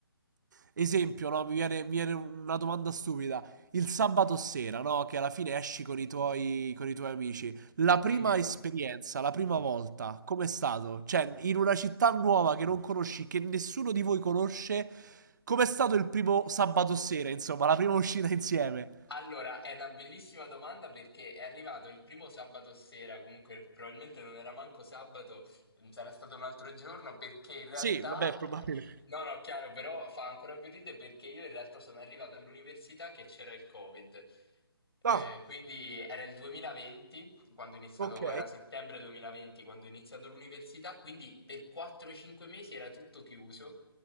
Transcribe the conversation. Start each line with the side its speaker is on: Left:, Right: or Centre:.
Right: eh, esempio, no? Mi viene, mi viene una domanda stupida. Il sabato sera, no? Che alla fine esci con i tuoi, con i tuoi amici. La prima
Left: Mhm.
Right: esperienza, la prima volta, com'è stato? Cioè, in una città nuova che non conosci, che nessuno di voi conosce, com'è stato il primo sabato sera, insomma, la prima uscita insieme?
Left: Allora, è una bellissima domanda perché è arrivato il primo sabato sera, comunque probabilmente non era manco sabato, mm, sarà stato un altro giorno perché in realtà,
Right: Sì, vabbè, probabile.
Left: eh, no, no, chiaro, però fa ancora più ridere perché io in realtà sono arrivato all'università che c'era il Covid. Eh,
Right: Ah,
Left: quindi era il 2020, quando ho iniziato,
Right: ok,
Left: era settembre 2020 quando ho iniziato l'università, quindi per 4-5 mesi era tutto chiuso.